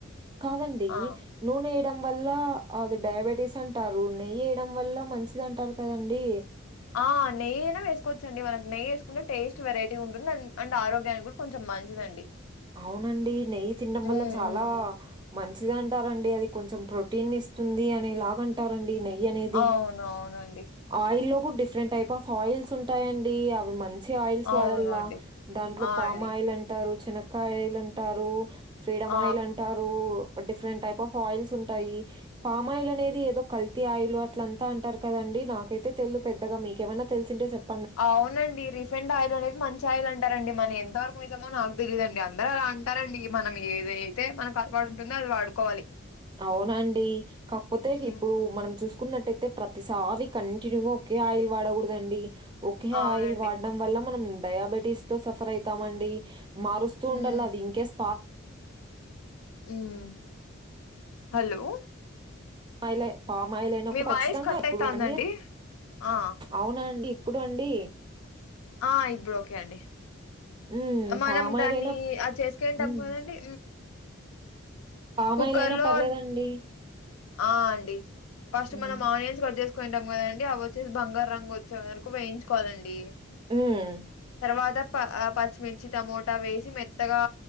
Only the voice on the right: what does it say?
కాదండి
నూనె వేయడం వల్ల అది డయాబెటీస్ అంటారు నెయ్యి వేయడం వల్ల మంచిది అంటారు కదండి
అవునండి నెయ్యి తినడం
వల్ల చాలా
మంచిదంటారండి అది కొంచెం ప్రోటీన్ ఇస్తుంది అనేలాగండి అంటారండి నెయ్యి అనేది
ఆయిల్ లో కూడా డిఫరెంట్ టైప్ ఆఫ్ ఆయిల్స్ ఉంటాయండి అవి మంచి మంచి ఆయిల్స్
వాడల్లా దాంట్లో
పామాయిల్
అంటారు చనక్కాయ ఆయిల్ అంటారు ఫ్రీడమ్
ఆయిల్ అంటారు డిఫరెంట్ టైప్ ఆఫ్ ఆయిల్స్ ఉంటాయి పామాయిలు అనేది ఏదో కల్తీ ఆయిలు అట్లంతా అంటారు కదండి నాకైతే తెల్దు పెద్దగా మీకేమైన తెలిసింటే చెప్
అవునండి కాకపోతే
ఇప్పుడు మనం చూస్ కున్నట్టయితే ప్రతిసారి కంటిన్యూగా ఒకే ఆయిల్ వాడకూడదండి ఒకే
ఆయిల్ వాడడం వల్ల మనం డయాబెటీస్ తో సఫర్ అయితామండి మారుస్తూ
ఉండల్లా అది ఇంకేస్
పామాయిలే పామాయిలయినా
కూడా
ఖచ్చితంగా
ఇప్పుడు
వన్ ఇయర్
అవునండి ఇప్పుడండి
హ్మ్.
పామ్
ఆయిల్ అయినా
హ్మ్.
పామాయిలయినా
పర్లేదండి
హ్మ్.
హ్మ్.